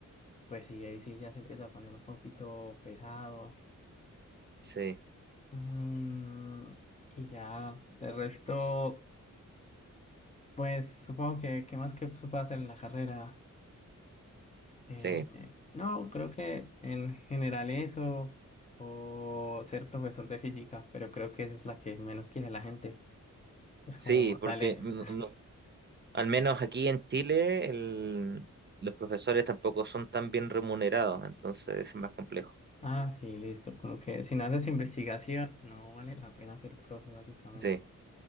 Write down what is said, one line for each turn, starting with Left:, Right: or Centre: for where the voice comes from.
Left: pues sí, ahí sí ya se empieza a poner un poquito pesado.
Right: Sí,
Left: Mm, y ya, de resto. Pues supongo que, ¿qué más que se puede hacer en la carrera? Eh,
Right: sí.
Left: no, creo que en general eso, o ser profesor de física, pero creo que esa es la que menos quiere la gente. Es
Right: Sí,
Left: como,
Right: porque
Left: dale,
Right: mm, no, Al menos aquí en Chile, el- los profesores tampoco son tan bien remunerados, entonces es más complejo.
Left: ah, sí, listo, como que si no haces investigación, no vale la pena ser profe, básicamente.
Right: Sí.